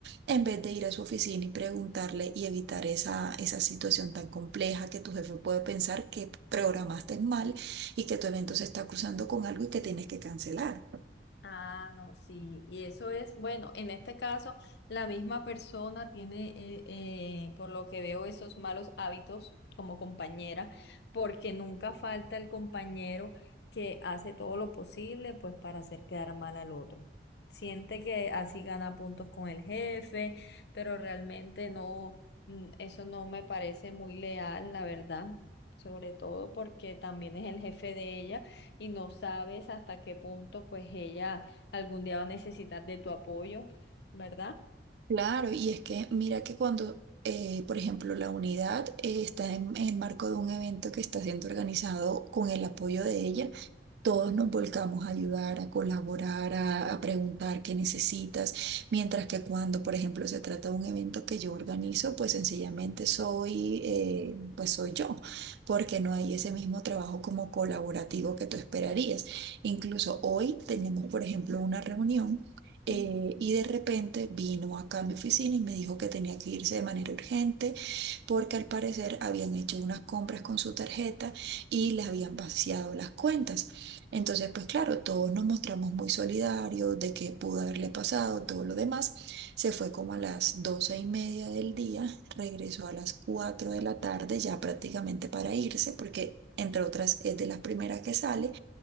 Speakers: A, on the right (about 70°); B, on the left (about 70°).
A: en vez de ir a su oficina y preguntarle y evitar esa, esa situación tan compleja que tu jefe puede pensar que programaste mal y que tu evento se está cruzando con algo y que tienes que cancelar.
B: Ah, no, sí, y eso es, bueno, en este caso, la misma persona tiene, eh, eh, por lo que veo, esos malos hábitos como compañera, porque nunca falta el compañero que hace todo lo posible, pues, para hacer quedar mal al otro. Siente que así gana puntos con el jefe, pero realmente no, mm, eso no me parece muy leal, la verdad, sobre todo porque también es el jefe de ella y no sabes hasta qué punto pues ella algún día va a necesitar de tu apoyo, ¿verdad?
A: Claro, y es que mira que cuando, eh, por ejemplo, la unidad eh, está en, en el marco de un evento que está siendo organizado con el apoyo de ella, Todos nos volcamos a ayudar, a colaborar, a, a preguntar qué necesitas, mientras que cuando, por ejemplo, se trata de un evento que yo organizo, pues sencillamente soy, eh, pues soy yo, porque no hay ese mismo trabajo como colaborativo que tú esperarías. Incluso hoy tenemos, por ejemplo, una reunión. eh,
B: Ujú.
A: y de repente vino acá a mi oficina y me dijo que tenía que irse de manera urgente porque al parecer habían hecho unas compras con su tarjeta y les habían vaciado las cuentas. Entonces, pues claro, todos nos mostramos muy solidarios de qué pudo haberle pasado, todo lo demás. Se fue como a las doce y media del día, regresó a las cuatro de la tarde ya prácticamente para irse, porque entre otras es de las primeras que sale.